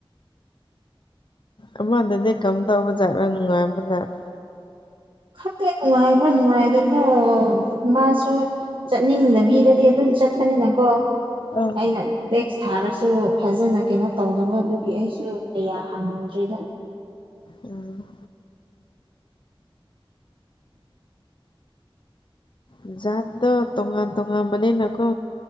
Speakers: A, on the left; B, on the right.
A: ꯎꯝ ꯑꯃꯗꯨꯗꯤ ꯀꯝꯗꯧꯕꯖꯥꯠꯂꯥ ꯅꯨꯡꯉꯥꯏꯕꯖꯥꯠꯂꯥ
B: ꯈꯪꯗꯦ ꯅꯨꯡꯉꯥꯏꯕ꯭ꯔ ꯅꯨꯡꯉꯥꯏꯗꯕ꯭ꯔꯣ ꯃꯥꯁꯨ ꯆꯠꯅꯤꯡꯗꯕꯤꯗꯗꯤ ꯑꯗꯨꯝ ꯆꯠꯄꯅꯤꯅꯀꯣ
A: ꯑ
B: ꯑꯩꯅ ꯇꯦꯛꯁ ꯊꯥꯔꯁꯨ ꯐꯖꯅ ꯀꯩꯅꯣ ꯇꯧꯗꯕꯗꯨꯒꯤ ꯑꯩꯁꯨ ꯀꯌꯥ ꯍꯪꯗ꯭ꯔꯤꯗ
A: ꯎꯝ ꯥꯖꯥꯠꯇꯣ ꯇꯣꯡꯉꯥꯟ ꯇꯣꯡꯉꯥꯟ ꯕꯅꯤꯅꯀꯣ